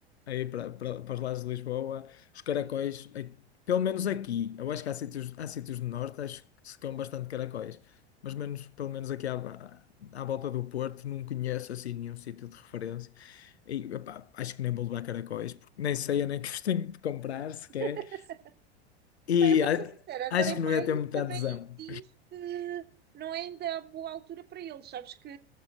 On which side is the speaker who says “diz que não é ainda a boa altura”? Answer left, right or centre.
Right